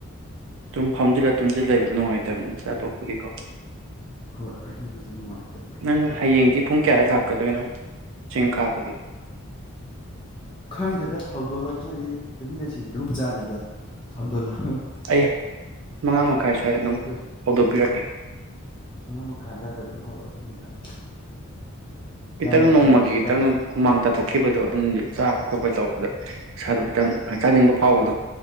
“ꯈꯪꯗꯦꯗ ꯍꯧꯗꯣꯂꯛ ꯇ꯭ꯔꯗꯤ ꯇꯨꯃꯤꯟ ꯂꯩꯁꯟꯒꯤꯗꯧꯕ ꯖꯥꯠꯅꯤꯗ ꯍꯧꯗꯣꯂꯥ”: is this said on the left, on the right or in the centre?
Left